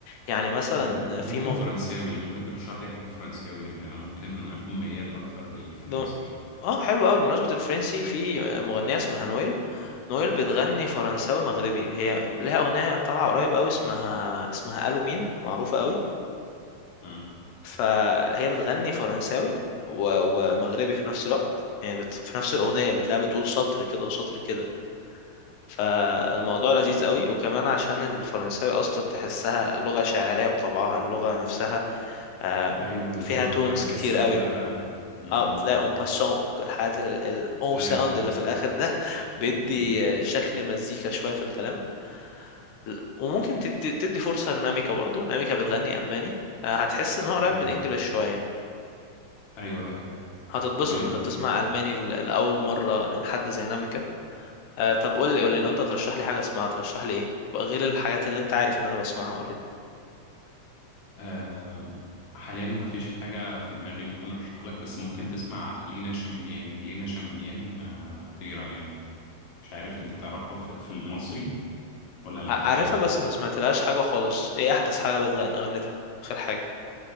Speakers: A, on the left; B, on the left.
A: يعني مثلا
B: م- ممكن
A: في مغ...
B: فرنساوي ممكن ترشح لي حاجة فرنساوي يعني انا ممكن اكون ميال اكتر للفرنسي
A: ب...
B: يعني
A: اه حلو قوي بمناسبة الفرنسي في مغنية اسمها نويل نويل بتغني فرنساوي مغربي هي لها أغنية طالعة قريب قوي اسمها اسمها ألو مين معروفة قوي
B: امم
A: فهي بتغني فرنساوي و... ومغربي في نفس الوقت يعني بت... في نفس الأغنية بتلاقيها بتقول سطر كده وسطر كده فالموضوع لذيذ
B: امم
A: قوي وكمان عشان الفرنساوي أصلا تحسها لغة شاعرية بطبعها اللغة نفسها آه،
B: ايوه بالظبط
A: فيها تونز
B: انا بحس
A: كتير
B: بكده
A: قوي
B: فعلا امم
A: اه بتلاقي اون باسون الحاجات ال- ال- او
B: ايوه
A: ساوند اللي في الاخر ده بيدي
B: <laughs>
A: آه، شكل مزيكا شويه في الكلام ل- وممكن تدي, تدي فرصه لناميكا برضو ناميكا بتغني الماني آه، هتحس ان هو قريب
B: امم
A: من الانجليش شويه
B: ايوه ايوه
A: هتتبسط
B: تمام
A: انت بتسمع الماني ل- لاول مره لحد زي ناميكا آه، طب قول لي قول لي لو انت ترشح لي حاجه اسمعها ترشح لي ايه بقى غير الحاجات اللي انت عارف ان انا بسمعها اوريدي
B: آم، حاليا مفيش حاجه في دماغي ممكن ارشحها لك بس ممكن تسمع لينا شميميان لينا شميميان آه، خطيره يعني مش عارف انت تعرفها في في المصري ولا لا
A: عارفها
B: يعني
A: بس ما سمعتلهاش حاجه خالص ايه احدث حاجه بتغني غنتها اخر حاجه